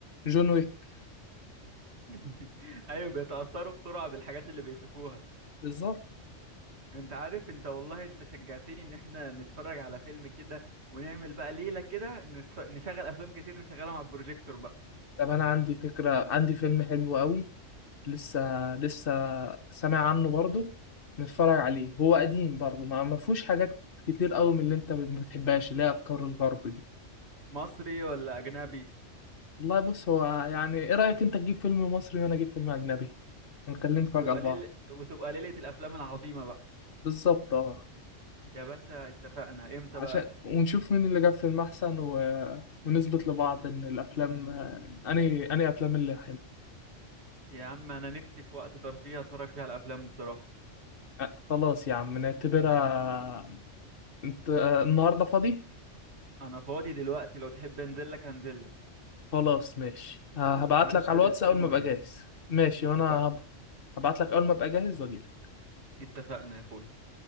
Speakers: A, on the left; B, on the right.
A: جون ويك
B: <laughs> ايوه بيتاثروا بسرعه بالحاجات اللي بيشوفوها
A: بالظبط
B: انت عارف انت والله انت شجعتني ان احنا نتفرج على فيلم كده ونعمل بقى ليلة كده نتف... نشغل افلام كتير نشغلها مع البروجيكتور بقى
A: طب انا عندي فكره عندي فيلم حلو قوي لسه لسه سامع عنه برضو نتفرج عليه هو قديم برضو ما ما فيهوش حاجات كتير قوي من اللي انت ما بتحبهاش اللي هي افكار الغرب دي
B: مصري ولا اجنبي
A: والله بص هو يعني ايه رايك انت تجيب فيلم مصري وانا اجيب فيلم اجنبي ونكلم فجأة
B: وتبقى
A: لبعض
B: ليل... وتبقى ليلة الافلام العظيمة بقى
A: بالظبط اه
B: يا باشا اتفقنا امتى
A: عشان
B: بقى
A: ونشوف مين اللي جاب فيلم أحسن و... ونثبت لبعض إن الأفلام أني أني أفلام اللي حلوة
B: يا عم انا نفسي في وقت ترفيه اتفرج فيه على افلام بصراحة
A: أه، خلاص يا عم نعتبرها أنت أه، النهاردة فاضي؟
B: انا فاضي دلوقتي لو تحب انزل لك هنزل لك
A: خلاص ماشي هبعت
B: هنزل
A: لك على الواتس
B: الفيلم
A: أول ما
B: واجيلك
A: أبقى جاهز ماشي
B: اتفقنا
A: وأنا هب... هبعت لك أول ما أبقى جاهز وأجيلك
B: اتفقنا يا اخوي